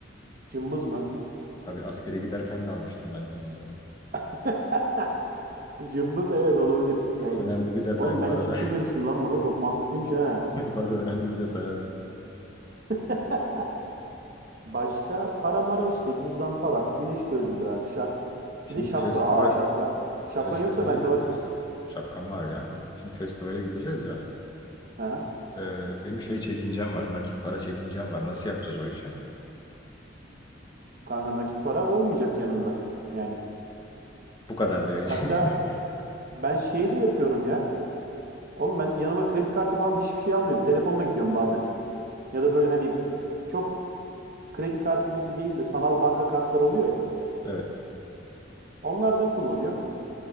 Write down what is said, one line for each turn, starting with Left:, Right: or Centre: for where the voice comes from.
Right: Cımbız mı?
Left: Tabii askere giderken de almıştım ben cımbız yanıma.
Right: <laughs> Cımbız evet olabilir. Yani
Left: Önemli
Right: hiç
Left: bir detay
Right: oğlum
Left: bu
Right: ben
Left: arada.
Right: hiç düşünmemiştim lan bunu. Çok mantıklıymış ha.
Left: <laughs> Tabii önemli bir detay abi.
Right: <laughs> Başka para mara işte cüzdan falan. Güneş gözlüğü abi şart.
Left: Şimdi
Right: Bir de şapka.
Left: festival
Right: Aa şapka. Şapkan
Left: Festivale
Right: yoksa bende
Left: gideceğiz.
Right: var.
Left: Şapkam var ya. Şimdi festivale gideceğiz ya.
Right: Hı hı.
Left: Ee, benim şey çekincem var. Nakit para çekincem var. Nasıl yapacağız o işi?
Right: Kanka nakit para olmayacak yanında. Yani
Left: Bu kadar diyor yani.
Right: hatta
Left: <laughs>
Right: ben şey de yapıyorum ya. Oğlum ben yanıma kredi kartı falan hiçbir şey almıyorum. Telefonla gidiyorum bazen. Ya da böyle hani çok kredi kartı gibi değil de sanal banka kartları oluyor ya.
Left: Evet.
Right: Onlardan kullanıyorum.